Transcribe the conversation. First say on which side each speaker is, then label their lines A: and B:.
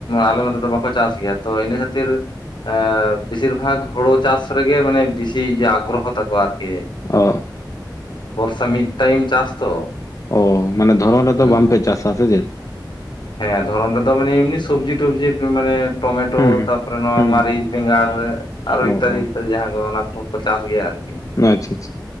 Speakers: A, on the left; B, on the left.
A: ᱟᱞᱮ ᱱᱚᱛᱮ ᱫᱚ ᱵᱟᱠᱚ ᱪᱟᱥ ᱜᱮᱭᱟ ᱛᱚ ᱤᱱᱟᱹ ᱠᱷᱟᱹᱛᱤᱨᱼᱼ ᱮ ᱵᱮᱥᱤᱨ ᱵᱷᱟᱜᱽ ᱦᱩᱲᱩ ᱪᱟᱥ ᱨᱮᱜᱮ ᱢᱟᱱᱮ ᱵᱮᱥᱤ ᱤᱭᱟᱹ ᱟᱜᱽᱨᱚ ᱦᱚ ᱛᱟᱠᱚ ᱟᱨᱠᱤ᱾
B: ᱚ
A: ᱵᱚᱨᱥᱟ ᱢᱤᱫ ᱴᱟᱭᱤᱢ ᱪᱟᱥ ᱛᱚ,
B: ᱚ ᱢᱟᱱᱮ ᱫᱷᱚᱨᱚᱱ ᱨᱮᱫᱚ
A: ᱦᱩᱸ
B: ᱵᱟᱝᱯᱮ ᱪᱟᱥᱟ ᱥᱮ ᱪᱮᱫ?
A: ᱦᱮᱸ ᱫᱷᱚᱨᱚᱱ ᱨᱮᱫᱚ ᱢᱟᱱᱮ ᱮᱢᱱᱤ ᱥᱚᱵᱡᱤ ᱴᱚᱵᱡᱤ ᱢᱟᱱᱮ ᱴᱚᱢᱮᱴᱳ
B: ᱦᱩᱸ ᱦᱩᱸ
A: ᱛᱟᱼᱼ ᱛᱟᱯᱚᱨᱮ ᱱᱚᱣᱟ
B: ᱦᱩᱸ
A: ᱢᱟᱹᱨᱤᱪ ᱵᱮᱸᱜᱟᱲ ᱨᱮ ᱟᱨᱚ
B: ᱚ
A: ᱤᱛᱛᱟᱫᱤ
B: ᱚ
A: ᱤᱛᱛᱟᱫᱤ ᱡᱟᱦᱟᱸ ᱠᱚ ᱚᱱᱟ ᱠᱚᱠᱚ ᱪᱟᱥ ᱜᱮᱭᱟ ᱟᱨᱠᱤᱼᱼ
B: ᱟᱪᱪᱷᱟ ᱟᱪᱪᱷᱟ